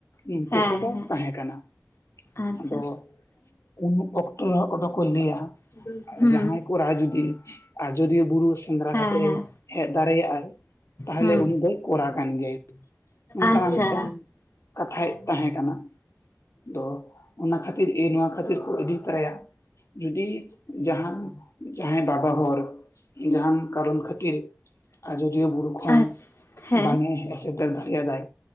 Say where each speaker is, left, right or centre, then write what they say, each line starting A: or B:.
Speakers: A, on the left; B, on the left.
A: ᱩᱱᱠᱩ
B: ᱦᱮᱸ
A: ᱠᱚᱠᱚ
B: ᱦᱮᱸ
A: ᱛᱟᱦᱮᱸ ᱠᱟᱱᱟ,
B: ᱟᱪᱪᱷᱟ
A: ᱟᱫᱚ ᱩᱱ ᱚᱠᱛᱚ ᱨᱮᱦᱚ ᱠᱚᱫᱚ ᱠᱚ ᱞᱟᱹᱭᱟ
B: ᱦᱩᱸ
A: ᱡᱟᱦᱟᱸᱭ ᱠᱚᱨᱟ ᱡᱩᱫᱤ ᱟᱡᱚᱫᱤᱭᱟᱹ ᱵᱩᱨᱩ ᱥᱮ ᱥᱮᱸᱫᱽᱨᱟ
B: ᱦᱮᱸ
A: ᱠᱟᱛᱮᱜ
B: ᱦᱮᱸ
A: ᱮ ᱦᱮᱡ ᱫᱟᱨᱮᱭᱟᱜᱼᱟᱭ, ᱛᱟᱦᱚᱞᱮ
B: ᱦᱩᱸ
A: ᱩᱱᱤ ᱫᱚᱭ ᱠᱚᱨᱟ ᱠᱟᱱ ᱜᱮᱭᱟᱭ᱾ ᱚᱝᱠᱟ
B: ᱟᱪᱪᱷᱟ
A: ᱱᱟᱜ ᱢᱤᱫ ᱴᱟᱝ ᱠᱟᱛᱷᱟᱭ
B: ᱦᱮᱸ ᱦᱮᱸ
A: ᱛᱟᱦᱮᱸ ᱠᱟᱱᱟ ᱛᱚ ᱚᱱᱟ ᱠᱷᱟᱹᱛᱤᱨ ᱮ ᱱᱚᱣᱟ ᱠᱷᱟᱹᱛᱤᱨ ᱠᱚ ᱤᱫᱤ ᱛᱟᱭᱟ, ᱡᱩᱫᱤ ᱡᱟᱦᱟᱱ ᱡᱟᱦᱟᱸᱭ ᱵᱟᱵᱟ ᱦᱚᱨ ᱡᱟᱦᱟᱱ ᱠᱟᱨᱚᱱ ᱠᱷᱟᱹᱛᱤᱨ ᱟᱡᱚᱫᱤᱭᱟᱹ ᱵᱩᱨᱩ ᱠᱷᱚᱱ
B: ᱟᱪᱪᱷᱟ ᱦᱮᱸ
A: ᱵᱟᱝᱮ ᱦᱮᱡ ᱥᱮᱴᱮᱨ ᱫᱟᱲᱮᱭᱟ ᱫᱟᱭ᱾